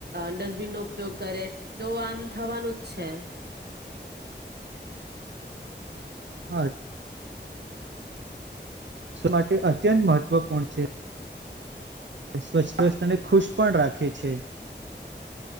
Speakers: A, on the right (about 60°); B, on the right (about 75°).
A: ડસ્ટબિન નો ઉપયોગ કરે તો આમ થવાનું જ છે.
B: હા. શ માટે અત્યંત મહત્વ મહત્વપૂર્ણ છે. સ્વચ્છવસ્તને ખુશ પણ રાખે છે.